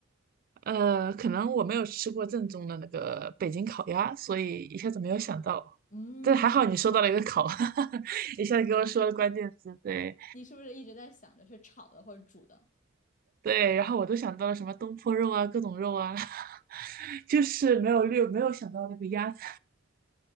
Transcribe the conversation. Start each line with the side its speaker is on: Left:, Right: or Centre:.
Right: 呃，可能我没有吃过正宗的那个北京烤鸭，所以一下子没有想到。
Left: 嗯，
Right: 但还好你说到了一个烤，<laughs> 一下子给我说了关键词，对
Left: 你是不是一直在想着是炒的或者煮的？
Right: 对，然后我都想到了什么东坡肉啊，各种肉啊，<laughs> 就是没有略没有想到那个鸭子。